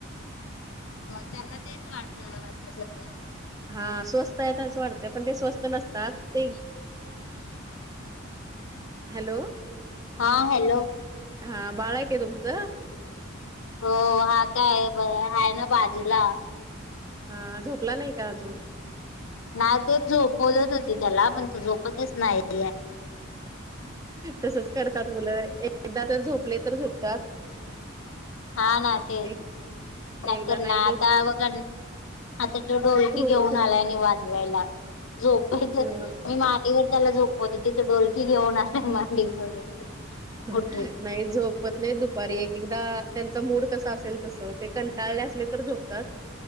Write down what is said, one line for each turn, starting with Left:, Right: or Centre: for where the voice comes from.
Left: त्यांना तेच वाटतं आता सध्या.
Right: हा. स्वस्त आहे असं वाटत. पण ते स्वस्त नसतात. ते- हॅलो.
Left: हा. हॅलो.
Right: हा. बाळ आहेय का तुमचं?
Left: हो. हा काय हा, हाय ना बाजूला.
Right: हा. झोपला नाही का अजून?
Left: नाही ते झोपवतच होती त्याला. पण तो झोपतच नाहीेये.
Right: तसच करतात मुलं. एकदा तर झोपले तर झोपतात-
Left: हा ना तेच.
Right: एक
Left: <unintelligible>
Right: एकदा नाही जो
Left: आता तो ढोलकी
Right: खूप
Left: घेऊन आला आणि वाजवायला. झोप.
Right: अ
Left: मी मांडीवर त्याला झोपवत होती तर डोलकी घेऊन आला मांडीवर.
Right: नाही
Left: उठून
Right: झोपत नाही दुपारी. एक एकदा- त्यांचा मूड कसा असेल तसं. ते कंटाळले असले तर झोपतात-